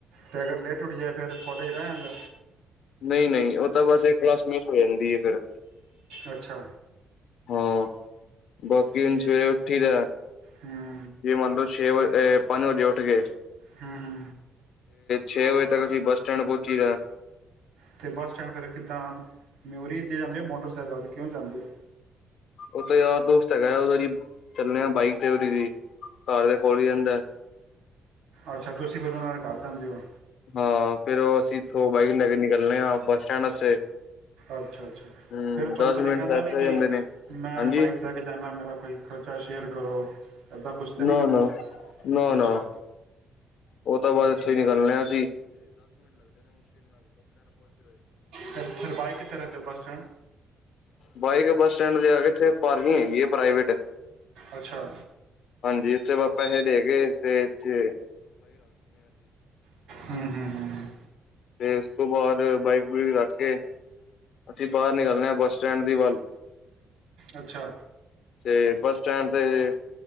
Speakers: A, on the right; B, on the left.
A: ਤੇ ਅਗਰ ਲੇਟ ਉੱਠ ਜਾਏ ਫੇਰ ਕਾਲਜ ਰਹਿ ਜਾਂਦਾ?
B: ਨਹੀਂ ਨਹੀਂ ਉਹ ਤਾਂ ਬਸ ਇੱਕ ਕਲਾਸ ਮਿਸ ਹੋ ਜਾਂਦੀ ਆ ਫੇਰ,
A: ਅੱਛਾ,
B: ਹਾਂ, ਬਾਕੀ ਹੁਣ
A: ਠੀਕ
B: ਸਵੇਰੇ ਉੱਠੀ ਦਾ
A: ਹੂੰ
B: ਜੇ ਮੰਨ ਲਓ ਛੇ ਵ ਇਹ ਪੰਜ ਵਜੇ ਉੱਠ ਕੇ
A: ਹੂੰ-ਹੂੰ,
B: ਛੇ ਵਜੇ ਤੱਕ ਅਸੀਂ ਬੱਸ ਸਟੈਂਡ ਪਹੁੰਚੀ ਦਾ,
A: ਅਤੇ ਬੱਸ ਸਟੈਂਡ ਫਿਰ ਕਿੱਦਾਂ ਮਿਊਰੀ ਜੇ ਜਾਂਦੇ ਹੋ, ਮੋਟਰਸਾਈਕਲ 'ਤੇ ਕਿਉਂ ਜਾਂਦੇ ਹੋ।
B: ਉਹ ਤਾਂ ਯਾਰ ਦੋਸਤ ਹੈਗਾ, ਉਹ ਦੀ ਚੱਲਿਆ ਬਾਈਕ ਤੇ ਉਦੀ ਦੀ ਘਰ ਦੇ ਕੋਲ ਹੀ ਰਹਿੰਦਾ।
A: ਅੱਛਾ, ਤੁਸੀਂ ਫਿਰ ਉਹਨਾਂ ਦੇ ਘਰ ਜਾਂਦੇ ਹੋ।
B: ਹਾਂ ਫੇਰ ਉਹ ਅਸੀਂ ਇਥੋਂ ਬਾਈਕ ਲੈ ਕੇ ਨਿਕਲਣੇ ਆ ਬੱਸ ਸਟੈਂਡ ਵਾਸਤੇ,
A: ਅੱਛਾ-ਅੱਛਾ,
B: ਹਮ
A: ਫੇਰ ਤੁਹਾਨੂੰ
B: ਦਸ
A: ਕਦੇ
B: ਮਿੰਟ
A: ਕਹਿੰਦਾ
B: ਤੱਕ
A: ਨੀ
B: ਹੋ
A: ਬਈ
B: ਜਾਂਦੇ ਨੇ
A: ਮੈਂ
B: ਹਾਂਜੀ
A: ਬਾਈਕ ਲੈ ਕੇ ਜਾਂਦਾ ਮੇਰਾ ਕੋਈ ਖ਼ਰਚਾ ਸ਼ੇਅਰ ਕਰੋ, ਏਦਾਂ ਕੁਛ ਤਾਂ ਨੀ
B: ਨਾ
A: ਕਹਿੰਦਾ
B: ਨਾ ਨਾ
A: ਅੱਛਾ,
B: ਨਾ ਉਹ ਤੋਂ ਬਾਅਦ
A: ਅੱਛਾ
B: ਇੱਥੋਂ
A: ਅੱਛਾ
B: ਹੀ ਨਿਕਲਣਾ ਅ
A: ਤੇ ਫਿਰ ਬਾਈ ਕਿੱਥੇ ਰੱਖਦੇ ਔ। Bus stand,
B: bike bus stand ਦੇ ਆ ਕੇਥੇ ਹੈਗੀ ਐ ਪ੍ਰਾਈਵੇਟ
A: ਅੱਛਾ
B: ਹਾਂਜੀ ਇੱਥੇ ਪਾਪਾ ਇਹ ਦੇਖ <unintelligible>
A: ਹੂੰ-ਹੂੰ-ਹੂੰ,
B: ਤੇ ਉਸ ਤੋਂ ਬਾਅਦ ਬਾਈਕ ਬਕ ਰੱਖ ਕੇ ਅਸੀਂ ਬਾਹਰ ਨਿਕਲ ਬੱਸ ਸਟੈਂਡ ਦੀ ਵੱਲ
A: ਅੱਛਾ,
B: ਤੇ ਬੱਸ ਸਟੈਂਡ ਤੇ